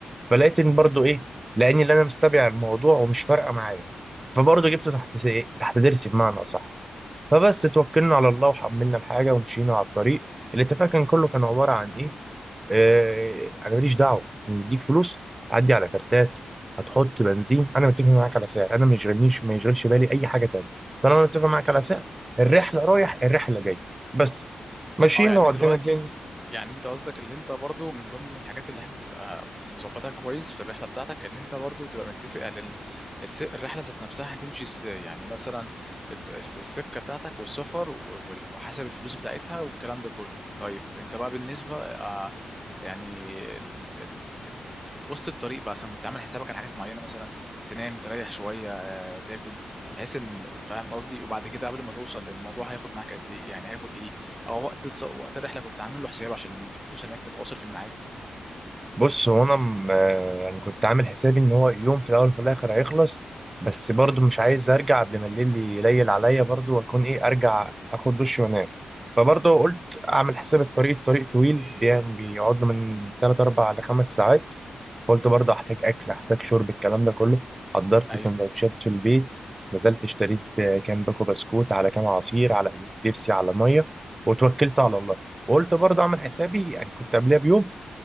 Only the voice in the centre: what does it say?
اه يعني
دلوقتي
يعني انت قصدك اللي انت برضو من ضمن الحاجات اللي انت تبقى مظبطها كويس في الرحله بتاعتك ان انت برضو تبقى متفق على ال- الس- الرحله ذات نفسها هتمشي ازاي يعني مثلا الت- الس- السكه بتاعتك والسفر و- وال- وحسب الفلوس بتاعتها والكلام ده كله طيب انت بقى بالنسبه آه، يعني ال- ال- ال- ال- في وسط الطريق بقى مثلا كنت عامل حسابك على حاجات معينه مثلا تنام تريح شويه آه، تاكل بحيث ان فاهم قصدي وبعد كده قبل ما توصل للموضوع هياخد معاك قد ايه يعني هياخد ايه او وقت الس... وقت الرحله كنت عامل له حساب عشان لما تروح توصل هناك تبقى واصل في الميعاد
ايوه